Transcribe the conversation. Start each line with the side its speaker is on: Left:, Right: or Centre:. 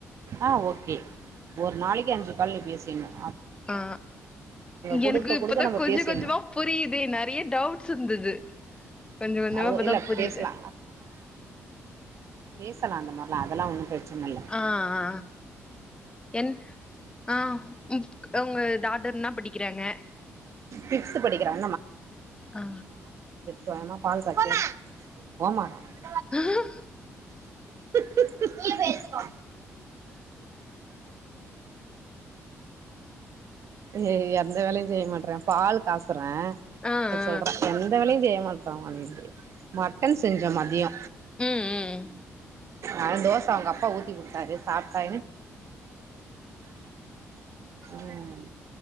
Right: ஆ ஓகே ஒரு நாளைக்கு அஞ்சு கால் நீ பேசு தின்ன
Left: ஆ
Right: குடுக்க
Left: எனக்கு இப்பதா
Right: குடுக்க நம்ம
Left: கொஞ்ச
Right: பேசிட்ணு
Left: கொஞ்சமா புரியிதே நெறைய டவுட்ஸ் இருந்தது கொஞ்ச கொஞ்சமா
Right: அ ஒ
Left: இப்பதா
Right: இல்ல
Left: புரியுது
Right: பேசலா பேசலா அந்த மார்லா அதெல்லா ஒன்னு பிரச்சனல்ல
Left: ஆ ஆ என் ஆ ம் உங்க டாட்டர் என்னா படிக்கிறாங்க
Right: சிக்ஸ்த்து படிக்கிறா
Left: ஆ
Right: போயம்மா பால்காரு போ போம்மா போம்மாவா
Left: அஹ <unintelligible>
Right: <unintelligible> நீயே போய் எடுத்துக்கோ ஏ எந்த வேலையு செய்ய மாட்றா பால் காச
Left: ஆ
Right: <unintelligible>
Left: ஆ
Right: சொல்றா எந்த வேலையு செய்ய மாட்றா‌ அப்டின்ட்டு மட்டன் செஞ்ச மதியொ
Left: ம் ம்
Right: ஆ தோச அவுங்க அப்பா ஊத் தி குடுத்தாரு சாப்டா ம்